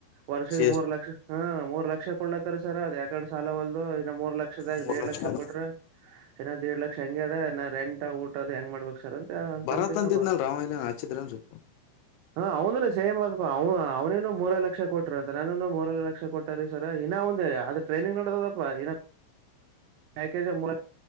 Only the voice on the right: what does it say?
ವರ್ಷ
ಮೂರ್ ಲಕ್ಷ ಹಾ ಮೂರ್ ಲಕ್ಷ ಕೊಳ್ಳತಾರ ಸರ್ ಅದ ಯಕಡೆ ಸಾಲ ಒಲ್ದು ಇನ್ನ ಮೂರ್ ಲಕ್ಷದ್
ಏಡ್ ಲಕ್ಷ
ಕೊಟ್ರ ಏನಾದ್ ದೇಡ್ ಲಕ್ಷ ಹೆಂಗ ಅದ ನಾ ರೆಂಟ್ ಊಟ ಅದದು ಹೆಂಗ ಮಾಡ್ಬೇಕಕ್ ಸರ್ ಅಂತ ಅಂತ
ಅಂತಿದ
ನಮ್ಮ
ಹ ಅವನುಡ ಸೇಮ ಅಾದ ಅವನು ಹ ಅವ್ನೇನು ಮೂರೇ ಲಕ್ಷ ಕೊಟ್ಟ್ರ ಅಂತ ನಾನನು ಮೂರ ಲಕ್ಷ ಕೊಟ್ಟಾರಿ ಸರ್ ಇನ್ನ ಒಂದ್ ಅದು ಟ್ರನಿಂಗ್ ನೋಡದಪ್ಪ ಇ ಪ್ಯಾಕೇಜ್ ಮೂ